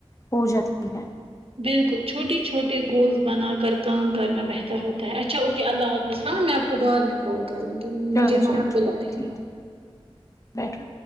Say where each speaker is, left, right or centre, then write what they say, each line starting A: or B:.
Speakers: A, on the left (about 30°); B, on the right (about 65°).
A: ہو جاتی ہے
B: بالکل چھوٹی چھوٹے گولس بنا کر کام کرنا بہتر ہوتا ہے ا چھا اوکے اللہ حافظ ہاں میں آپ کو بعد میں کال کروں گی
A: چلو
B: مجھے
A: چلو
B: ماں بلا
A: ٹھیک
B: رہی
A: ٹھیک
B: ہے
A: بیٹھو